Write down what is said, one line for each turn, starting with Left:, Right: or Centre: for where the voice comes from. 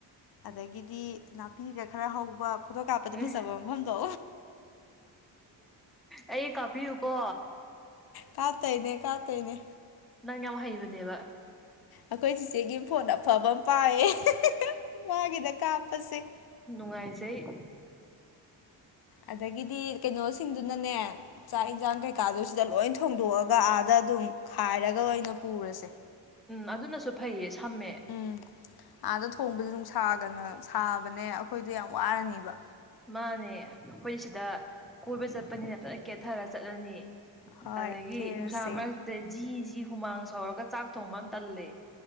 Left: ꯑꯗꯒꯤꯗꯤ ꯅꯥ ꯄꯤꯒ ꯈꯔ ꯍꯧꯕ ꯐꯣꯇꯣ ꯀꯥꯞꯄꯗ
Centre: ꯎꯝ
Left: ꯐꯖꯕ ꯃꯐꯝꯗꯣ
Centre: ꯑꯩ ꯀꯥꯞꯄꯤꯌꯨꯀꯣ
Left: ꯀꯥꯞꯇꯣꯏꯅꯦ ꯀꯥꯞꯇꯣꯏꯅꯦ
Centre: ꯅꯪ ꯌꯥꯝ ꯍꯩꯕꯅꯦꯕ
Left: ꯑꯈꯣꯏ ꯆꯤꯆꯦꯒꯤ ꯐꯣꯟ ꯑꯐꯕ ꯑꯃ ꯄꯥꯏꯌꯦ ꯃꯥꯒꯤꯗ ꯀꯥꯞꯄꯁꯦ
Centre: ꯅꯨꯡꯉꯥꯏꯖꯩ
Left: ꯑꯗꯒꯤꯗꯤ ꯀꯩꯅꯣꯁꯤꯡꯗꯨꯅꯅꯦ ꯆꯥꯛ ꯏꯟꯖꯥꯡ ꯀꯩꯀꯥꯗꯨ ꯁꯤꯗ ꯂꯣꯏ ꯊꯣꯡꯗꯣꯛꯑꯒ ꯑꯥꯗ ꯑꯗꯨꯝ ꯈꯥꯏꯔꯒ ꯑꯣꯏꯅ ꯄꯨꯔꯁꯦ
Centre: ꯎꯝ ꯑꯗꯨꯅꯁꯨ ꯐꯩꯌꯦ ꯁꯝꯃꯦ
Left: ꯎꯝ ꯑꯥꯗ ꯊꯣꯡꯕꯗꯣ ꯅꯨꯡ ꯁꯥꯒꯅ ꯁꯥꯕꯅꯦ ꯑꯈꯣꯏꯗꯣ ꯌꯥꯝ ꯋꯥꯔꯅꯤꯕ
Centre: ꯃꯥꯅꯦ ꯑꯩꯈꯣꯏ ꯁꯤꯗ ꯀꯣꯏꯕ ꯆꯠꯄꯅꯤꯅ ꯐꯖꯅ ꯀꯦꯊꯔ ꯆꯠꯂꯅꯤ
Left: ꯍꯣꯏ
Centre: ꯑꯗꯒꯤ
Left: ꯀꯦꯔꯁꯦ
Centre: ꯅꯨꯡꯁꯥ ꯃꯔ ꯇꯨꯗ ꯖꯤ ꯖꯤ ꯍꯨꯃꯥꯡ ꯁꯧꯔꯒ ꯆꯥꯛ ꯊꯣꯡꯕ ꯑꯃ ꯇꯜꯂꯦ